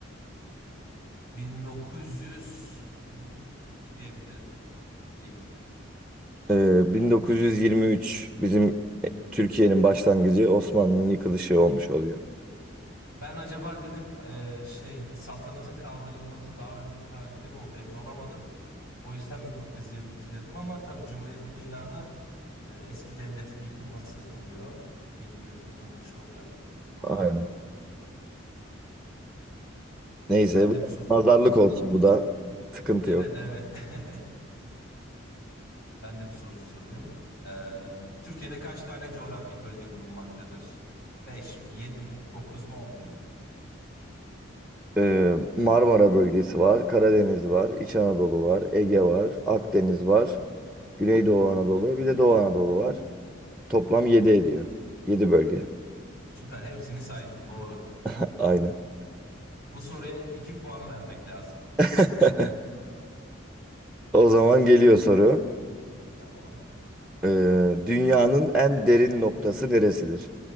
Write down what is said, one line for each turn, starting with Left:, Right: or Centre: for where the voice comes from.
Left: 1922 diyebilirim ama emin değilim.
Centre: Ee, 1923 bizim e, Türkiye'nin başlangıcı, Osmanlı'nın yıkılışı olmuş oluyor.
Left: Ben acaba dedim e, şey saltanatın kaldırılması daha önce bir tarihte mi oldu emin olamadım. O yüzden 1922 dedim ama tabii Cumhuriyet'in ilanı e, eski devletin yıkılması oluyor. Türkiye Cumhuriyeti'nin kuruluşu oluyor. Doğru.
Centre: Aynen. Neyse,
Left: Ben
Centre: bu-
Left: de bir soru
Centre: nazarlık
Left: sorayım.
Centre: olsun bu da. Sıkıntı
Left: Evet
Centre: yok.
Left: evet. <laughs> Ben de bir soru sorayım. Ee, Türkiye'de kaç tane coğrafi bölge bulunmaktadır? 5 mi, 7 mi, 9 mu, On bir mi?
Centre: Ee, Marmara bölgesi var, Karadeniz var, İç Anadolu var, Ege var, Akdeniz var, Güneydoğu Anadolu, bir de Doğu Anadolu var. Toplam 7 ediyor. 7 bölge.
Left: Süper, hepsini saydın, doğru.
Centre: <laughs> Aynen.
Left: Bu soruya 2 puan vermek lazım.
Centre: <laughs>
Left: Tamam,
Centre: O zaman geliyor soru.
Left: tamam.
Centre: Ee, dünyanın en derin noktası neresidir?